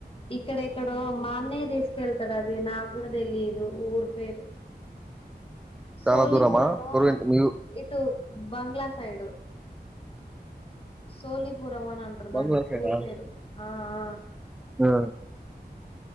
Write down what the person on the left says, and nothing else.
ఇక్కడ ఇక్కడో మా అన్నయ్య తి తీసుకెళ్తాడు, అది నాకు కూడా తెలిదు ఊరు పేరు సోళీపురమో
ఇ ఇటు బంగ్లా సైడు సోలి ఓమన్ అంటారు
దాని,
ఊరి పేరు ఆ ఆ